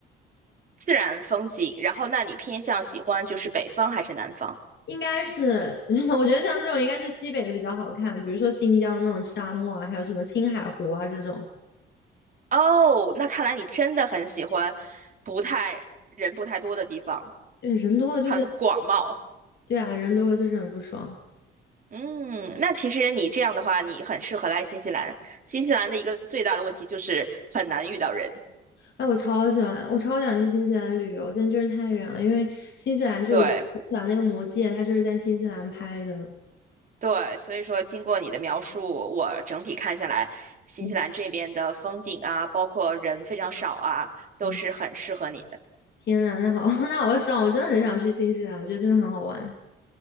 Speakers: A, on the right; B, on the left.
A: 自然风景，然后那你偏向喜欢就是北方还是南方？
B: 应该是，<laughs> 我觉得像这种应该是西北的比较好看，比如说新疆那种沙漠啊，还有什么青海湖啊这种。
A: 哦，那看来你真的很喜欢不太人不太多的地方，
B: 对，人多了就是，
A: 很广袤。
B: 对啊，人多了就是很不爽。
A: 嗯，那其实你这样的话，你很适合来新西兰。新西兰的一个最大的问题就是很难遇到人。
B: 哎，我超喜欢，我超想去新西兰旅游，但就是太远了，因为新西兰就是我我喜欢那个《魔戒》，
A: 对
B: 它就是在新西兰拍的。
A: 对，所以说经过你的描述，我整体看下来，新西兰这边的风景啊，
B: 嗯
A: 包括人非常少啊，都是很适合你的。
B: 嗯天呐，那好，<laughs> 那好爽！我真的很想去新西兰，我觉得真的很好玩，